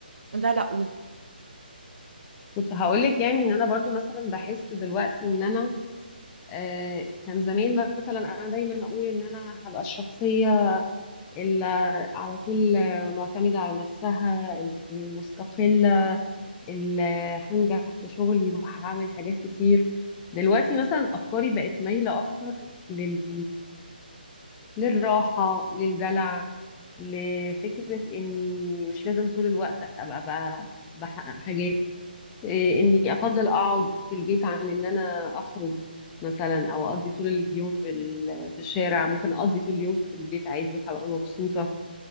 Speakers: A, on the right; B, on the left.
A: لا لا قولي
B: كنت هقولك يعني ان انا برضو مثلا بحس دلوقتي ان انا آه كان زمان مثلا انا دايما اقول ان انا هبقى الشخصيه اللي على طول آه، معتمده على نفسها اللي مستقله اللي هنجح في شغلي وهعمل حاجات كتير دلوقتي مثلا افكاري بقت مايله اكتر لل... للراحه للدلع لفكرة إني مش لازم طول الوقت أبقى بقى بحقق حاجات إيه، إني أفضل أقعد في البيت عن إن أنا أخرج مثلا أو أقضي طول اليوم في ال- في الشارع ممكن أقضي طول اليوم في البيت عادي وهبقى مبسوطة